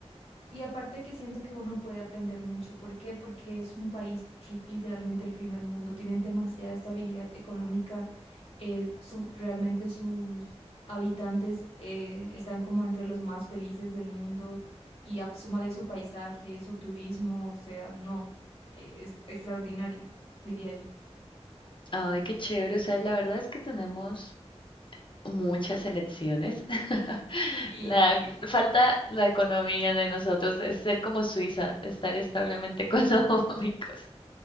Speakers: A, on the left (about 60°); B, on the left (about 45°).
A: y aparte que siento que uno puede aprender mucho. ¿Por qué? Porque es un país ri- literalmente el primer mundo, tienen demasiada estabilidad económica eh, su, realmente sus habitantes eh, están como entre los más felices del mundo y ap- súmale su paisaje, su turismo, o sea, no, eh, es extraordinario, diría yo.
B: Ay, qué chévere. O sea, la verdad es que tenemos muchas elecciones. <laughs>
A: Sí.
B: La falta la economía de nosotros es ser como Suiza, estar establemente <laughs> económicos.